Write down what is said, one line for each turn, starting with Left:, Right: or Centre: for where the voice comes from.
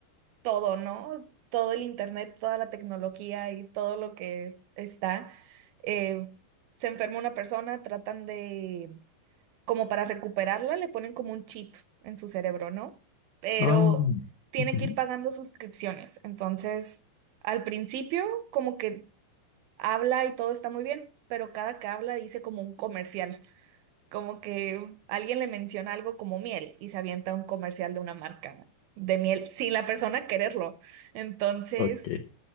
Right: todo, ¿no? Todo el internet, toda la tecnología y todo lo que está, eh, se enferma una persona, tratan de como para recuperarla, le ponen como un chip en su cerebro, ¿no? Pero
Left: Ah,
Right: tiene
Left: ujú,
Right: que ir pagando suscripciones. Entonces, al principio, como que habla y todo está muy bien, pero cada que habla dice como un comercial, como que alguien le menciona algo como miel y se avienta un comercial de una marca de miel sin la persona quererlo. Entonces,
Left: ok,